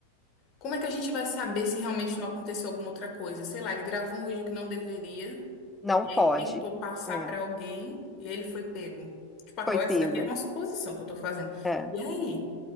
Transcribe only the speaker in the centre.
Não
pode.
É,
foi pego.
É.